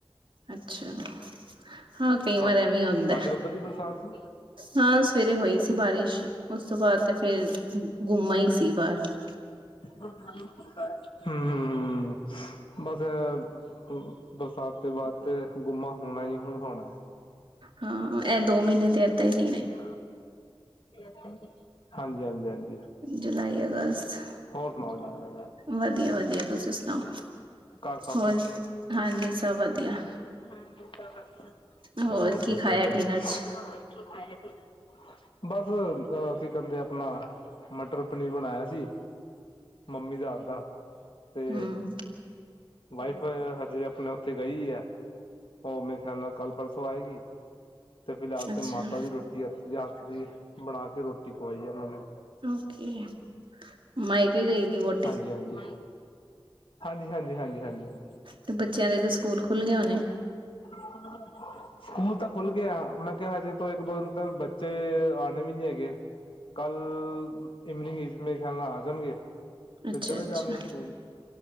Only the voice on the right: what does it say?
ਅੱਛਾ, ਹਾਂ ਕਈ ਵਾਰ
ਐਵੀਂ ਆਦਾ
ਹਾਂ, ਸਵੇਰੇ ਹੋਈ ਸੀ ਬਾਰਿਸ਼, ਉਸ ਤੋਂ ਬਾਅਦ ਤੇ ਫੇਰ ਗੁੰਮਾ ਈ ਸੀ ਬੱਸ
ਹਾਂ, ਇਹ ਦੋ ਮਹੀਨੇ ਤੇ ਅੱਧਾ ਈ ਦਿਨ
ਜੁਲਾਈ, ਅਗਸਤ
ਵਧੀਆ-ਵਧੀਆ ਤੁਸੀਂ ਸੁਣਾਓ
ਹੋਰ? ਹਾਂਜੀ ਸਭ ਵਧੀਆ।
ਹੋਰ
ਕੀ ਖਾਇਆ
ਡਿਨਰ
ਚ
ਹਮ
ਅੱਛਾ
ਓਕੇ, ਮਾਇਕੇ ਗਈ ਦੀ ਵਹੁਟੀ
ਤੇ ਬੱਚਿਆਂ ਦੇ ਤੇ ਸਕੂਲ ਖੁੱਲ੍ਹੇ ਹੋਣੇ।
ਅੱਛਾ
ਅੱਛਾ